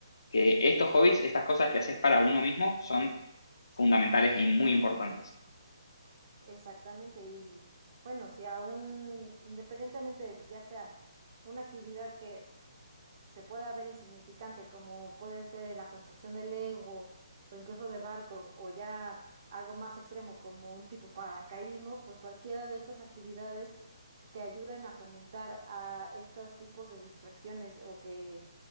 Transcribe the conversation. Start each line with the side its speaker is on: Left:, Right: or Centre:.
Left: que estos hobbies, estas cosas que haces para uno mismo son fundamentales y muy importantes.
Right: Exactamente. Y bueno, si aún, independientemente, ya sea una actividad que se pueda ver insignificante, como puede ser la construcción de legos o incluso de barcos o ya algo más extremo como un tipo paracaidismo, pues cualquiera de estas actividades que ayuden a fomentar a estos tipos de distracciones o que,